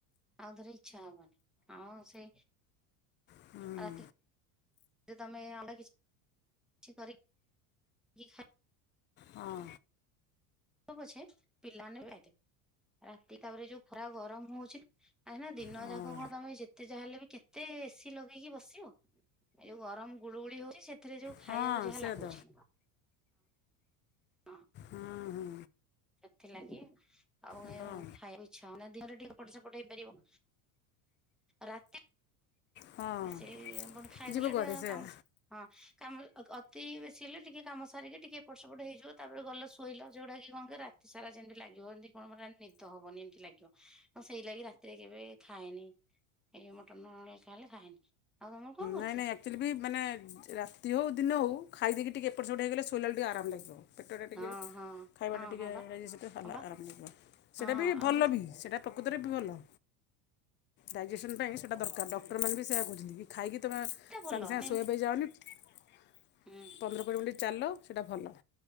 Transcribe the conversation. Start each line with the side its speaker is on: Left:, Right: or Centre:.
Centre: ଆଉ ଥରେ ଇଚ୍ଛା ହବନି। ହଁ ସେଇ
Left: ହୁଁ
Centre: ରାତ ତି ରେ ତମେ ଅଣ୍ଡା କିଛି କିଛି କରିକ୍ କି ଖା
Left: ହଁ।
Centre: ପ ପଛେ ପିଲାମାନେ ଖାଇ ଦେବେ। ରାତି ତାପରେ ଯୋଉ ଖରା ଗରମ ହଉଚି ଆଇନା ଦିନ
Left: ହଁ
Centre: ଯାକ ପୁଣି ତମେ ଯେତେ ଯାହା ହେଲେବି କେତେ ଏସିି ଲଗେଇକି ବସିବ। ଏ ଯୋଉ ଗରମ ଗୁଳୁଗୁଳି ହଉଚି, ସେଥିରେ ଯୋଉ
Left: ହଁ
Centre: ଖାଇବାକୁ ଯାହା
Left: ସେ
Centre: ଲାଗୁଚି।
Left: ତ
Centre: ହଁ।
Left: ହୁଁ। ହୁଁ
Centre: ସେଥିଲାଗି ଆଉ
Left: ଏବଂ
Centre: ଏ ମୁଁ ଖାଇବାକୁ ଇଚ୍ଛା ହଉନି। ଆଉ ଦିନରେ ଟିକେ ଏପଟ ସେପଟ ହେଇପାରିବ। ରାତି
Left: ହଁ
Centre: ସେ ଆପଣ ଖାଇଦେଲେ
Left: ଯିବ କୁଆଡ଼େ
Centre: ଟିକେ
Left: ସେୟା
Centre: କାମ ସା ହଁ କାମ ଅ, ଅତି ବେଶୀ ହେଲେ ଟିକେ କାମ ସାରିକି ଟିକେ ଏପଟ ସେପଟ ହେଇଯିବ ତାପରେ ଗଲ ହୋଇଲ ଯୋଉଡାକି କଣ କି ରାତି ସାରା ଯେମିତି ଲାଗିବ ଯେମିତି କଣ ମୋତେ ଏମିତି ନିଦ ହବନି ଏମିତି ଲାଗିବ। ମୁଁ ସେଇଲାଗି ରାତିରେ କେବେ ଖାଏନି ଏ ମଟନ୍ ଉଡା ଖାଇଲେ ଖାଏନି। ଆଉ ତୋମେ କଣ କ
Left: ନାଇ ନାଇ ଆକ୍ଚୁଲି ବି ମାନେ ରାତି ହଉ ଦିନ ହଉ ଖାଇଦେଇକି ଟିକେ ଏପଟ ସେପଟ ହେଇଗଲେ ଶୋଇଲା ବେଳୁକୁ ଟିକେ ଆରାମ ଲାଗିବ। ପେଟଟା ଟିକେ
Centre: ହଁ ହଁ
Left: ଖାଇବାଟା
Centre: ହଁ
Left: ଟିକେ
Centre: ହଁ
Left: <unintelligible>
Centre: ବା
Left: ହାଲା
Centre: ହଁ ବା
Left: ଆରାମ ଲାଗିବ।
Centre: ହଁ
Left: ସେଟା ବି
Centre: ଆଉ
Left: ଭଲ ବି ସେଟା ପ୍ରକୃତରେ ବି ଭଲ। ଡାଇଜେସନ୍ ପାଇଁ ସେଟା ଦରକାର, ଡକ୍ଟର୍ ମାନେ ବି ସେୟା କହୁଛନ୍ତି, କି ଖାଇକି ତୁମେ ସାଙ୍ଗେ
Centre: ଭଲ
Left: ସାଙ୍ଗେ
Centre: ଏମତି
Left: ଶୋଇବା ପାଇଁ ଯାଅନି, ପନ୍ଦର
Centre: ହୁଁ
Left: କୋଡ଼ିଏ ମିନିଟ୍ ଚାଲ ସେଟା ଭଲ।